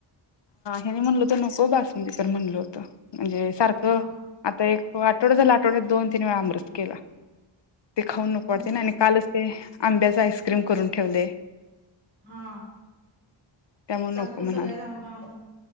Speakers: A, on the left (about 60°); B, on the right (about 75°).
A: हनी म्हणल नको बसुंदीकर म्हणलं होतं म्हणजे सारखं
B: हा
A: आता एक आठवड झालं आठवड्यात दोन तिने वेळा अमृत केला ते खाऊन नक पडते
B: आता
A: ना आणि कालच ते आंब्याचा आईस कु ठेवले
B: हा
A: त्यामुळे
B: सारखं
A: नको म्हणाल
B: सगळ्यात आंबा आंबा